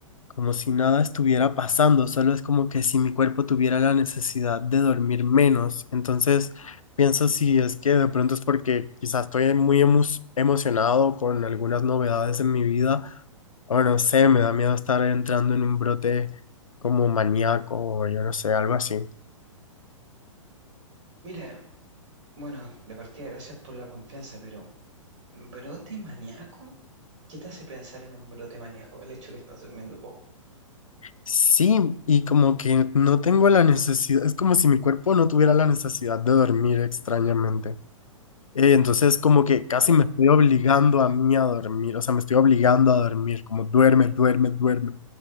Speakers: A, on the left (about 80°); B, on the right (about 65°).
A: como si nada estuviera pasando, solo es como que si mi cuerpo tuviera la necesidad de dormir menos. Entonces, pienso si es que de pronto es porque quizás estoy muy emo- emocionado con algunas novedades en mi vida, o no sé, me da miedo estar entrando en un brote como maníaco o yo no sé, algo así.
B: Mira, bueno, de partida gracias por la confianza, pero ¿brote maníaco? ¿Qué te hace pensar en un brote maníaco? El hecho de que estás durmiendo poco.
A: Sí, y como que no tengo la necesidad, es como si mi cuerpo no tuviera la necesidad de dormir extrañamente. Eh, entonces como que casi
B: Ya,
A: me estoy obligando a mí a dormir, o sea, me estoy obligando a dormir, como duerme, duerme, duerme.